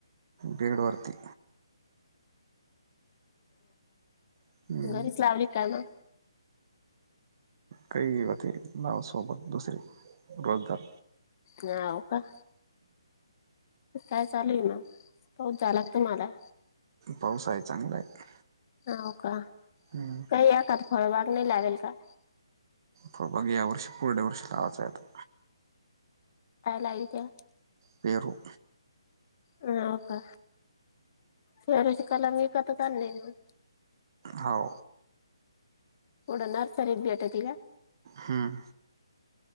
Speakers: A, on the right; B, on the left.
A: बेडवर्ती हम्म
B: घरीच लावली काय म
A: काही होती नावसोबत दुसरीे रोजदार
B: हो का, काय चालू आहे मग, पाऊस झाला काय तुम्हाला
A: पाऊस आहे चांगला आहे.
B: हो का,
A: हम्म
B: फळबाग येतात त्यात <inaudible>
A: फ मग या वर्षी पुढल्या वर्षी लावायचं येतं.
B: काय लावीत्या
A: पेरू
B: ह का सुरज कलानी कास चाल नाही ना
A: हो
B: कुठ नर्सरीत भेटती का,
A: हम